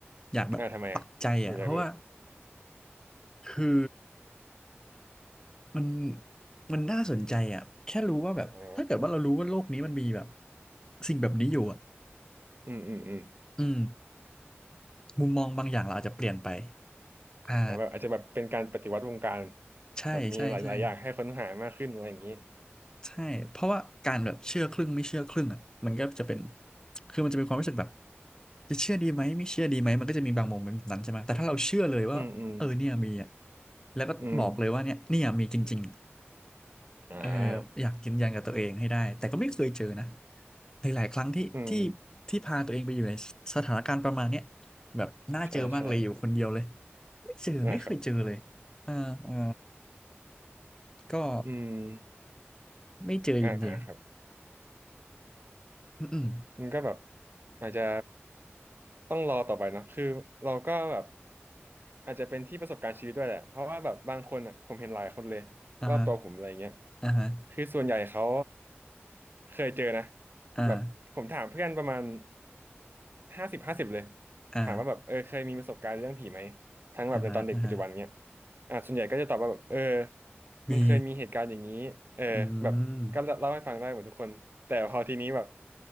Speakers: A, on the left (about 15°); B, on the right (about 50°).
A: อยากแบบปักใจอะเพราะว่า
B: อ่าทำไมอ่ะผมอยากรู้
A: คือมันมันน่าสนใจอะแค่รู้ว่าแบบถ้าเกิดว่าเรารู้ว่าโลกนี้มันมีแบบ
B: อ่า
A: สิ่งแบบนี้อยู่อะ
B: อืมอืมอืม
A: อืมมุมมองบางอย่างเราอาจจะเปลี่ยนไปอ่า
B: อาแบบอาจจะแบบเป็นการปฏิวัติวงการ
A: ใช่ใช่ใช่
B: แบบมีหลายๆอย่างให้ค้นหามากขึ้นอะไรอย่างนี้
A: ใช่เพราะว่าการแบบเชื่อครึ่งไม่เชื่อครึ่งอะมันก็จะเป็นคือมันจะเป็นความรู้สึกแบบ จะเชื่อดีไหมไม่เชื่อดีไหมมันก็จะมีบางโมเมนต์แบบนั้นใช่ไหมแต่ถ้าเราเชื่อเลยว่าเออเนี่ยมีอ่ะ
B: อืม อืม
A: แล้วก็บอกเลยว่าเนี่ยเนี่ยมีจริง
B: อืม
A: ๆเออ
B: อ่า
A: อยากยืนยันกับตัวเองให้ได้แต่ก็ไม่เคยเจอนะหลายๆครั้งที่ที่
B: อืม
A: ที่พาตัวเองไปอยู่ในสถานการณ์ประมาณเนี้ยแบบน่าเจอมากเลยอยู่คนเดียวเลย
B: ใช่ใช่
A: ไม่เจอไม่เคยเจอเลย
B: นะครับ
A: อ่าอ่าก็
B: อืม
A: ไม่เจอจริง
B: อ่าครับ
A: ๆอืมอม
B: มันก็แบบอาจจะต้องรอต่อไปเนาะคือเราก็แบบ อาจจะเป็นที่ประสบการณ์ชีวิตด้วยแหละ เพราะว่าแบบบางคนอ่ะผมเห็นหลายคนเลยรอบตัวผมอะไรเงี้ย
A: อ่าฮะอ่าฮะ
B: คือส่วนใหญ่เขาเคยเจอนะ
A: อ่า
B: แบบผมถามเพื่อนประมาณห้าสิบห้าสิบเลย
A: อ่า
B: ถามว่าแบบเออเคยมีประสบการณ์เรื่องผีไหมทั้งแบบในตอนเด็กปัจจุบันเนี้ย
A: อ่าฮะอ่าฮะ
B: อ่ะส่วนใหญ่ก็จะตอบว่าแบบเออ
A: มี
B: มันเคยมีเหตุการณ์อย่างนี้เออแบบก็เล่าให้ฟังได้หมดทุกคนแต่พอทีนี้แบบ
A: อืม